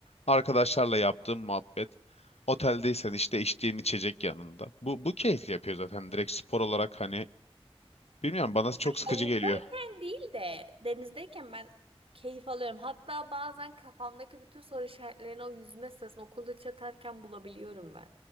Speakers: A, on the left (about 85°); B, on the right (about 60°).
A: Arkadaşlarla yaptığım muhabbet. Oteldeysen işte içtiğin içecek yanında. Bu, bu keyifli yapıyor zaten. Direkt spor olarak hani bilmiyorum bana çok sıkıcı
B: Havuzdayken
A: geliyor.
B: değil de denizdeyken ben keyif alıyorum. Hatta bazen kafamdaki bütün soru işaretlerini o yüzme sırasında okulda çatarken bulabiliyorum ben.